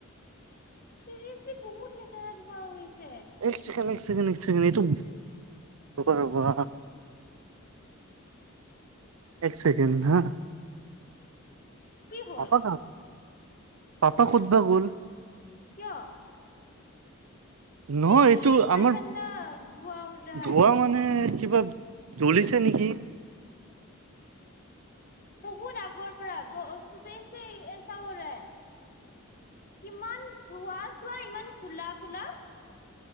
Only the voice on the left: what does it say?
চিৰিয়াচলি বহুত লেতেৰা ধোৱা উৰিছে
কি হ'ল
কিয়?
এই ই
ইতনা
ধোৱা উৰ ৰাহা
হে।
বহুত আগৰ পৰা, চুবহছে এইচা হো' ৰাহাহে। কিমান ধোঁৱা চোৱা ইমান কো'লা কোলা।